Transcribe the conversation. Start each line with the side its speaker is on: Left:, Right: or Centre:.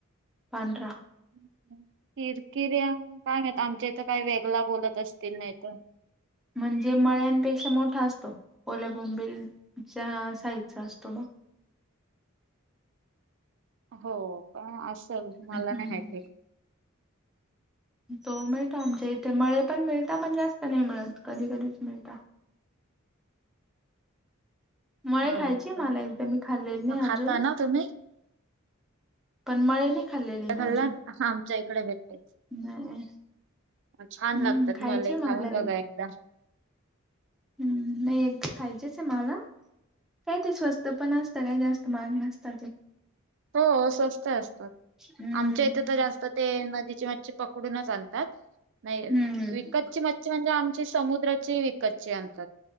Centre: पांढरा.
Right: हम् हम् किर किर काय नाही आमच्या इथं काही वेगळा बोलत असतील नाही तर,
Centre: म्हणजे मळ्यांपेक्षा मोठा असतो ओल्या बोंबिलच्या साइजचा असतो मग,
Right: हा हो पण असल मला
Centre: हम्म
Right: नाही माहिती.
Centre: तो मिळतो आमच्या इथे मळे पण मिळत पण जास्त नाही मिळत कधी कधीच मिळत. मळे
Right: हो
Centre: खायची
Right: का!
Centre: मला एकदा मी खाल्लेली नाही
Right: मग खाता
Centre: अजून
Right: ना तुम्ही?
Centre: पण मळे नाही खाल्लेले
Right: त्याल्ला
Centre: मी अजून
Right: असा आमच्या डे भेट.
Centre: नाही
Right: छान
Centre: हम्म
Right: लागतात
Centre: खायचे
Right: मले खाऊन
Centre: मला
Right: बघा एकदा.
Centre: नाही एकदा खायचेच आहे मला. काय ते स्वस्त पण असत, काय जास्त महाग नसत ते.
Right: हो, स्वस्त असतात.
Centre: हम्म
Right: आमच्या इथे तर जास्त ते नदीची मच्छि पकडूनच आणतात. नाही,
Centre: हम्म
Right: विकतची मच्छी म्हणजे आमची समुद्राची विकतची आणतात.